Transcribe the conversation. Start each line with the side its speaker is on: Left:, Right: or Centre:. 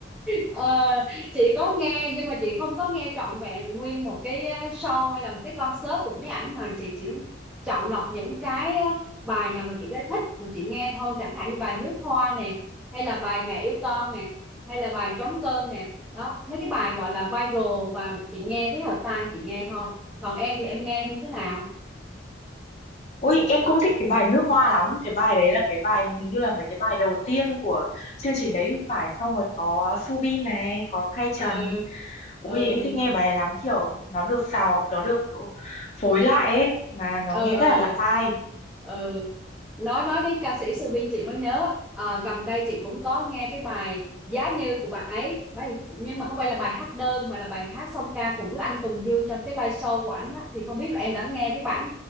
Centre: Ờ, chị có nghe nhưng mà chị không có nghe trọn vẹn nguyên một cái ờ, show hay là một cái concert của cái ảnh mà chị chỉ chọn lọc những cái ờ, bài nào mà chị thấy thích rồi chị nghe thôi chẳng hạn như bài Nước Hoa nè hay là bài Mẹ yêu con nè hay là bài Trống cơm nè đó mấy cái bài gọi là viral và chị nghe thấy hợp tai chị nghe thôi còn em thì em nghe như thế nào?
Left: Ôi em cũng thích cái bài Nước Hoa lắm. Cái bài đấy là cái bài hình như là mấy cái bài đầu tiên của chương trình đấy thì phải. Xong rồi có Subin này, có Kay Trần.
Centre: ừ ừ
Left: Ui em thích nghe bài này lắm kiểu nó được xào, nó được phối lại ấy mà nó
Centre: ừ
Left: nghe
Centre: ừ
Left: rất là lạ tai.
Centre: ừ nói nói đến ca sĩ Su chị mới nhớ Ờ, gần đây chị cũng có nghe cái bài Giá Như của bạn ấy bài, nhưng mà không phải là bài hát đơn mà là bài hát song ca cùng với anh Tùng Dương trong cái live show của ảnh á thì không biết là em đã nghe cái bản